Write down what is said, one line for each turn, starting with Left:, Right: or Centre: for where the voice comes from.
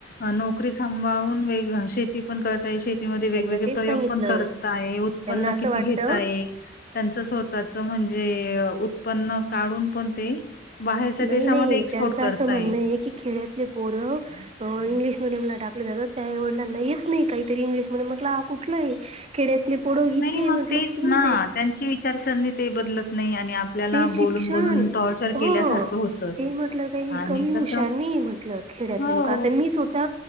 Left: अ नोकरी संभाळवून वेग शेती पण करता ये शे तेंव ते वेगवेगळे
Right: त्यांना तेच
Left: प्रयोग
Right: सांगितलं
Left: पण करताय उत्पन्न
Right: त्यांना असं
Left: किती
Right: वाटतं
Left: घेत आहे त्यांचं स्वतःच म्हणजे उत्पन्न काढून पण ते बाहेरच्या
Right: नाही
Left: देशामध्ये
Right: नाही
Left: एक्सपोर्ट
Right: त्यांचं
Left: करताय.
Right: असं म्हणणं आहे की खेड्यातले पोरं अ अ इंग्लिश मिडियमला टाकलं जातात त्या आई वडीलांना येत नाही काहीतरी इंग्लिश ममिडीयम म्हटलं हा कुठला आहे खेड्यातले पोडो
Left: नाही
Right: इथे
Left: मग
Right: म्हटलं
Left: तेच
Right: तु.
Left: ना, त्यांची विचारसरणी ते बदलत
Right: <unintelligible>
Left: नाही आणि आपल्याला
Right: ते शिक्षण
Left: बोलून-बोलून टॉर्चर
Right: हां.
Left: केल्यासारखं होतं
Right: ते ही म्हटलं काही
Left: आणि
Right: कमी हुशार
Left: कसं
Right: नाही म्हटलं खेड्यातले
Left: हो,
Right: लोकं आता मी स्वः ता